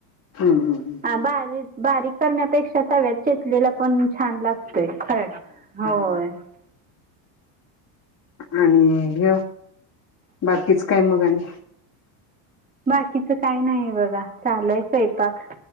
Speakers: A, on the left; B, on the right.
A: हम् हम हम्
B: हा बारीक बारीक करण्यापेक्षा तव्यात चेचलेला पण छान लागतय खर होय
A: आणि घ बाकीच काय मगा आणि
B: बाकीच काही नाही बघा चालूय स्वयंपाक